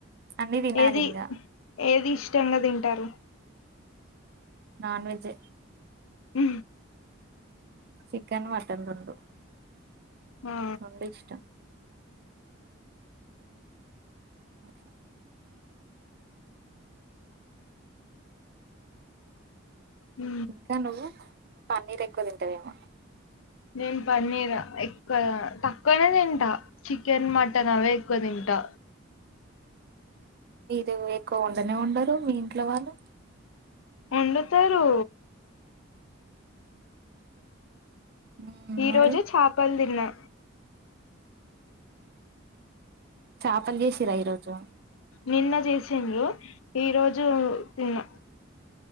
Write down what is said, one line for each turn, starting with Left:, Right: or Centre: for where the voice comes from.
Right: అన్ని తినాలి
Left: ఏది
Right: ఇంకా
Left: హ్మ్ ఏది ఇష్టంగా తింటారు
Right: నాన్ వెజ్
Left: ఉ
Right: చికన్ మటన్ రెండు
Left: ఆ
Right: రెండు ఇష్టం అ
Left: హ
Right: ఇకా నువ్వు పన్నీర్ ఎక్కువ తింటవేమో
Left: నేను పన్నీర్ ఎక్క్క తక్కువనే తింటా చికెన్ మటన్ అవే ఎక్కువ తింటా
Right: నిసు ఎక్కువ వండానే వన్డరు మీ ఇంట్లో వాళ్ళు
Left: వండుతారు
Right: మ్మ్
Left: ఈ
Right: మరి
Left: రోజు చేపలు తిన్నా
Right: చేపలు చేసారా ఈరోజు
Left: నిన్న చేసండ్రు ఈ రోజు తిన్నా